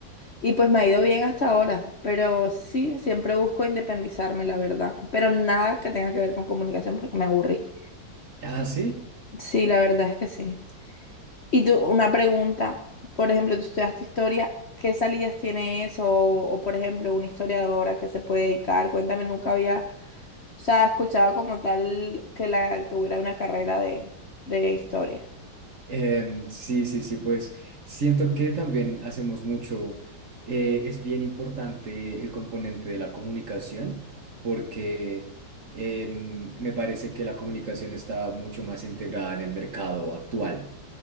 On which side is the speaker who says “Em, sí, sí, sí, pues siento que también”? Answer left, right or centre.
Right